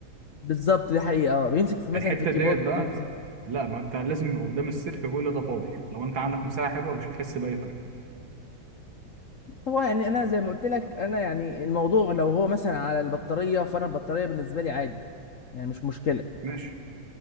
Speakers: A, on the left; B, on the right.
A: بالظبط دي حقيقه اه بيمسك في مثلا
B: الحته
A: في الكيبورد
B: ديت بقى
A: بيمسك
B: لا ما انت لازم يبقى قدام السلك كل ده فاضي لو انت عندك مساحه حلوه مش هتحس باي فرق
A: بس هو يعني انا زي ما قلت لك انا يعني الموضوع لو هو مثلا على البطاريه فانا البطاريه بالنسبه لي عادي يعني مش مشكله
B: ماشي